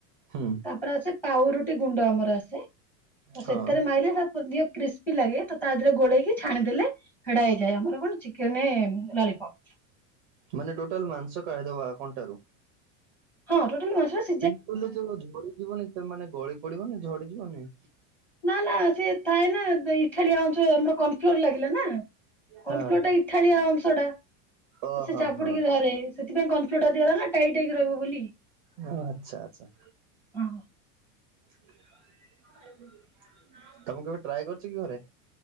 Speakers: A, on the right; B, in the centre.
A: ହୁଁ।
B: <unintelligible> ପାଉରୁଟି ଗୁଣ୍ଡ ଆମର ଆସେ ତ
A: ହଁ
B: ସେତେରେ ମାଇଲେ <unintelligible> ଧିକ କ୍ରିସ୍ ତି ଲାଗେ ତ ତାଧେରେ ଗୋଳେଇକି ଛାଣିଦଲେ ହେଟା ହେଇଯାଏ ଆମର କଣ ଚିକେନ ଲଲିପପ୍।
A: ମାନେ ଟୋଟାଲ୍ ମାଂସ କାଢିଦବା କଣ୍ଟାରୁ
B: ହଁ ଟୋଟାଲି ମାଂସଟା
A: କୁମ୍ପିଲେ ଯୋଉ ଝଡି ଯିବନି ମାନେ ଗଳି ପଡିବନି ଝଡି ଯିବନି।
B: ନା ନା ସିଏ ଥାଏ ନା ଇଠାଳିଆ ଅଂଶ ଆମର କର୍ଣ୍ଣଫ୍ଲୋର ଲାଗିଲା ନା କର୍ଣ୍ଣଫ୍ଲୋରଟା
A: ହଁ।
B: ଇ ଠାଳିଆ ଅଂଶଟା ତ
A: ଓହୋ
B: ସେ ଜାବୁଡିକି
A: ହୋ
B: ଧରେ। ସେଥିପାଇଁ କର୍ଣ୍ଣଫ୍ଲୋରଟା ଦିଆଗଲା ନା ଟାଇଟ୍ ହେଇିକି ରହିବ ବୋଲି।
A: ହଁ ଆଚ୍ଛା ଆଚ୍ଛା।
B: ହଁ
A: ତମୁକୁ କେବେ ଟ୍ରାଏ କରିଚି କି ଘରେ।